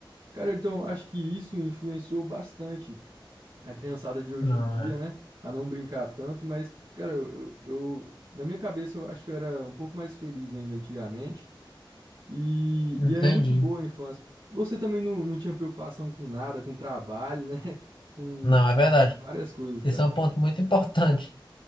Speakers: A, on the right; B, on the left.
A: Cara, então acho que isso influenciou bastante a criançada de hoje
B: Não,
A: em dia,
B: é.
A: né? A não brincar tanto, mas, cara, eu, eu, eu- na minha cabeça eu acho que eu era um pouco mais feliz ainda antigamente. E,
B: Entendi.
A: e era muito boa a infância. Você também não, não tinha preocupação com nada, com trabalho, né? <laughs> Com
B: Não, é verdade.
A: várias coisas, cara.
B: Esse é um ponto muito importante.